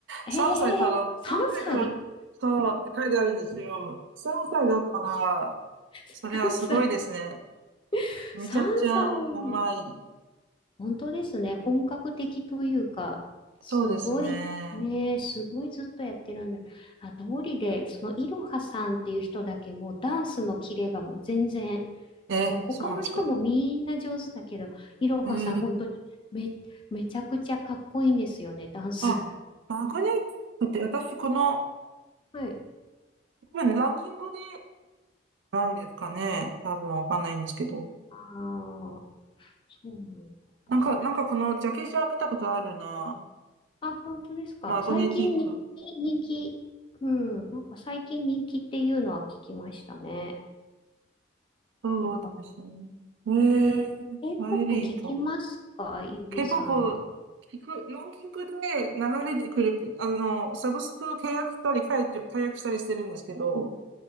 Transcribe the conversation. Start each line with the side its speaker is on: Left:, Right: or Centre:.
Left: えー、
Right: 3歳から、
Left: 3歳
Right: 3歳から、そうって書いてあるんですよ。3歳だったら、
Left: ?3
Right: それはすごいですね。
Left: 歳 <laughs>
Right: めちゃくちゃうまい。
Left: 本当ですね。本格的というか、すごいね、
Right: そうですね。
Left: すごいずっとやってるんだ。あ、通りで、そのいろはさんっていう人だけもうダンスのキレがもう全然、
Right: え、
Left: あ、じゃあ他の人もみんな上手だけど、
Right: そうなんですか。
Left: いろはさん本当にめ、
Right: えー
Left: めちゃくちゃかっこいいんですよね、ダンス。
Right: あ、マグネティックって私この、
Left: はい。
Right: 今ね、ランキングでないですかね。多分わかんないんですけど。
Left: ああ、そうなの。
Right: なんか、なんかこのジャケ写は見たことあるな。
Left: あ、本当ですか。
Right: マグネティック。
Left: 最近に人気、うん、なんか最近人気っていうのは聞きましたね。
Right: そうですね。
Left: いや、かっ
Right: え
Left: えー、K-POP
Right: ー、アイリート。
Left: 聞きますかゆりさんは。
Right: K-POP 聞く、ランキングで流れてくる、あの、サブスク契約したり解除、解約したりしてるんですけど、